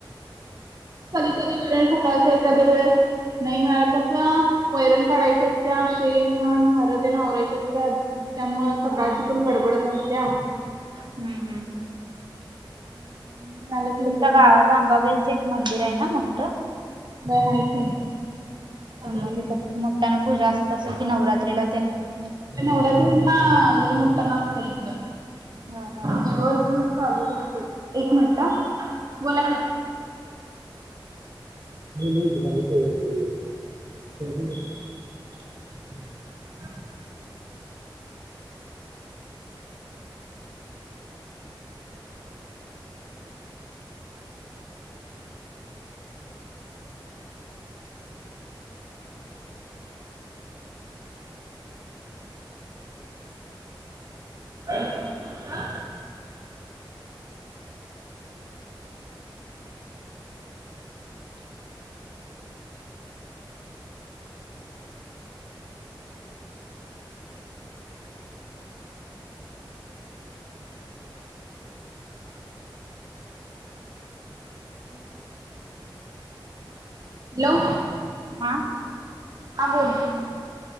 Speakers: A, on the right (about 45°); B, on the right (about 60°).
A: कधी कधी वेळेस सकाळच एखाध्या वेळेस नाही मिळालं, कसं वैरण काढायचे असत्या. शेंन, घाण, धार तेन आवरायची असत्यात. त्यामुळ सकाळची
B: हा
A: पण गडबडच असत्या.
B: हम्म हम्म.
A: <inaudible>
B: तुमच्या गावात
A: वेळेस
B: आंबाबाईचं एक मंदिर आहे ना मोठं.
A: होय हाय की. अंबाबाई
B: मग तीथ
A: मंदिर
B: मोठ्यानं पुजा असत असेल की नवरात्रीला तेन
A: नवरात्री ला लई मोठा आसतय इकडं
B: हा हा
A: दिवसभर चालूच असतय एक मिनट हं बोला की <unintelligible> <inaudible> <inaudible> हं हम्. हॅलो
B: हां.
A: हां बोल